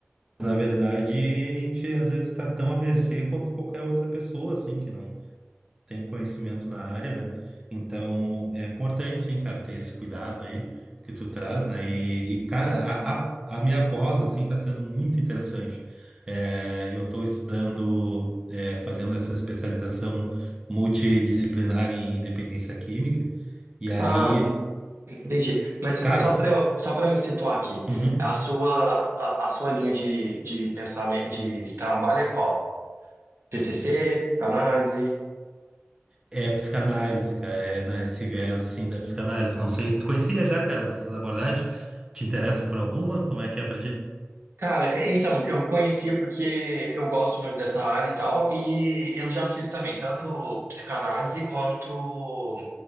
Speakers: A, on the right; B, on the right.
A: Mas, na verdade, a gente às vezes está tão à mercê quanto qualquer outra pessoa, assim, que não tem conhecimento na área, né? Então, é importante, sim, cara, ter esse cuidado aí que tu traz, né? E, e, cara, a, a, a minha pós, assim, tá sendo muito interessante. É, eu tô estudando, é, fazendo essa especialização multidisciplinar em dependência química, e aí,
B: Ah, entendi. Mas
A: cara,
B: só para eu, só para me situar aqui,
A: uhum,
B: a sua, a, a sua linha de, de pensamento, de trabalho é qual? TCC, psicanálise?
A: é psicanálise, cara, é nesse viés, assim, da psicanálise. Não sei, tu conhecia já, cara, essas abordagens? Te interessa por alguma? Como é que é pra ti?
B: Cara, é- então, eu conhecia porque eu gosto muito dessa área e tal, e eu já fiz também, tanto psicanálise quanto